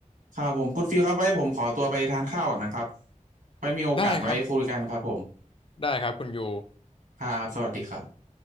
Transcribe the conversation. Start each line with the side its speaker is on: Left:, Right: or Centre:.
Right: ครับผมคุณฟิลครับไว้ผมขอตัวไปทานข้าวก่อนนะครับไว้มีโอกาสไว้คุยกันครับผม
Left: ๆได้ครับได้ครับคุณยู
Right: ครับสวัสดีครับ